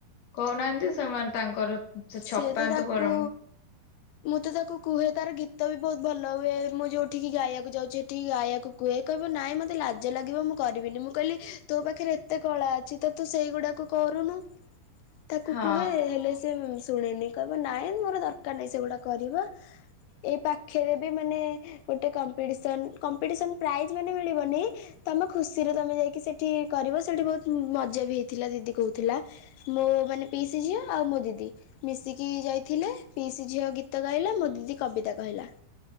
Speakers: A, on the left; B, on the left.
A: କହୁନାହାନ୍ତି ସେମାନେ ତାଙ୍କର। ସେ
B: ସିଏ
A: ଛପାନ୍ତୁ
B: ତ ତାକୁ
A: ଗରମ।
B: ମୁଁ ତ ତାକୁ କୁହେ ତାର ଗୀତ ବି ବହୁତ ଭଲ ହୁଏ ମୁଁ ଯୋଉଠିକି ଗାଇବାକୁ ଯାଉଚି ହେଠିକି ଗାଇବାକୁ। କୁହେ କହିବ ନାଇଁ ମତେ ଲାଜ ଲାଗିବ ମୁଁ କରିବିନି ମୁଁ କହିଲି ତୋ ପାଖରେ ଏତେ କଳା ଅ ଅଛି ତ ତୁ ସେଇଗୁଡ଼ାକୁ କରୁନୁ। ତାକୁ
A: ହଁ।
B: କୁହେ ହେଲେ ସେ ଶୁଣେନି କହିବ ନାଇଁ ମୋର ଦରକାର ନାହିଁ ସେଗୁଡ଼ା କରିବା। ଏଇ ପାଖେରେ ବି ମାନେ ଗୋଟେ କମ୍ପିଟିସ କମ୍ପିଟିସ ପ୍ରାଇଜ ମାନେ ମିଳିବନି। ତମେ ଖୁସିରେ ତମେ ଯାଇକି ସେଠି କରିବ ସେଠି ବହୁତ ମଜା ବି ହେଇଥିଲା ଦିଦି କହୁଥିଲା। ମୋ ମାନେ ପିଇସି ଝିଅ ଆଉ ମୋ ଦିଦି। ମିଶିକି ଯାଇଥିଲେ ପିଇସିି ଝିଅ ଗୀତ ଗାଇଲା ମୋ ଦିଦି କବିତା କହିଲା।